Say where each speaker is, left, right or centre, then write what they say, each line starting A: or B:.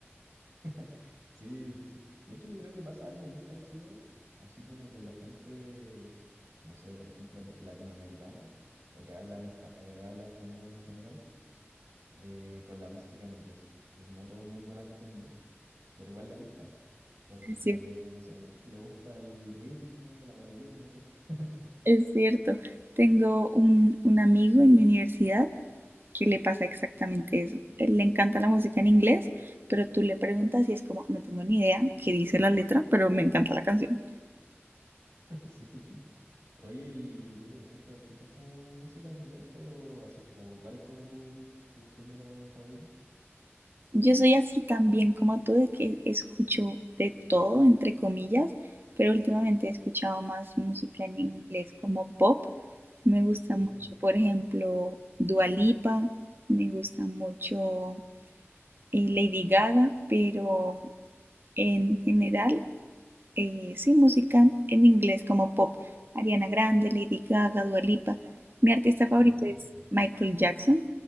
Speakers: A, on the right; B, on the right.
A: <laughs> Sí, sí, sí. De hecho, yo creo que pasa algo muy parecido, así como con la gente, no sé, por ejemplo, lati- latinoamericana, o que habla, en espa- eh, habla español en general, eh, con la música en inglés, que no todo el mundo la entiende, pero igual le gusta, porque,
B: Es cier-
A: no sé, le gusta el ritmo, la melodía, no sé. <laughs>
B: es cierto, tengo un, un amigo en mi universidad que le pasa exactamente eso. Él le encanta la música en inglés, pero tú le preguntas y es como, no tengo ni idea qué dice la letra, pero me encanta la canción.
A: Sí. Oye, ¿y tú, por ejemplo, escuchas como música en inglés o así, o cuál es como tu, tu género favorito?
B: Yo soy así también como tú, de que escucho de todo, entre comillas, pero últimamente he escuchado más música en inglés como pop. Me gusta
A: Mm,
B: mucho, por ejemplo, Dua Lipa, me gusta mucho eh, Lady Gaga, pero en general, eh, sí, música en inglés como pop. Ariana Grande, Lady Gaga, Dua Lipa. Mi artista
A: mm.
B: favorito es Michael Jackson.